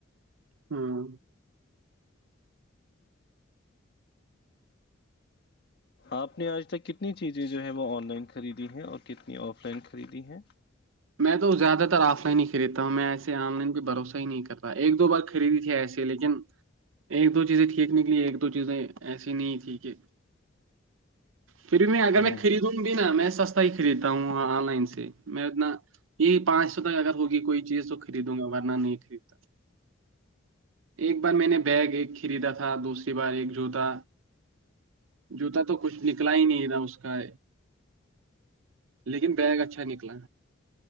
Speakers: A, on the right (about 85°); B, on the left (about 55°).
A: ہاں
B: آپ نے آج تک کتنی چیزیں جو ہیں وہ آن لائن خریدی ہیں اور کتنی آف لائن خریدی ہیں
A: میں تو زیادہ تر آف لائن ہی خریدتا ہوں میں ایسے آن لائن بھی بھروسہ ہی نہیں کر رہا ایک دو بار خریدی تھی ایسے لیکن ایک دو چیزیں ٹھیک نکلی ایک دو چیزیں ایسی نہیں تھی کہ پھر میں اگر
B: ہوں
A: میں خرید دوں گی ن میں سستا ہی خریدتا ہوں آن لائن سے میں اتنا <unintelligible> یہی پانچ سو تک اگر ہوگی کوئی چیز تو خریدوں گا ورنہ نہیں خریدتا ایک بار میں نے بیگ ایک خریدا تھا دوسری بار ایک جوتا جوتا تو کچھ نکلا ہی نہیں تھا اس کا لیکن بیگ اچھا نکلا